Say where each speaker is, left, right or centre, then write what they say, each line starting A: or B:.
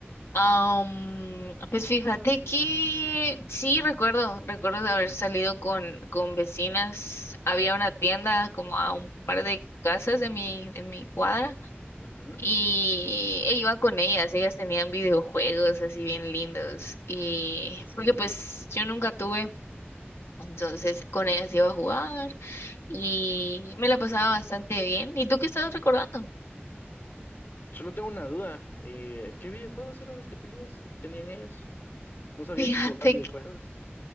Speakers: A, on the left; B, on the left.
A: Am, pues fíjate que sí, recuerdo, recuerdo de haber salido con, con vecinas, había una tienda como a un par de casas de mi, de mi cuadra.
B: Ujú,
A: Y e iba con ellas, ellas tenían videojuegos así bien lindos y
B: En serio.
A: porque pues yo nunca tuve, entonces con ellas iba a jugar y me la pasaba bastante bien. ¿Y tú qué estás recordando? <laughs>
B: Solo tengo una duda. eh, ¿qué videojuegos eran los que tenías? ¿Tenían ellos? No sabía
A: Fíjate,
B: que jugabas videojuegos.
A: que-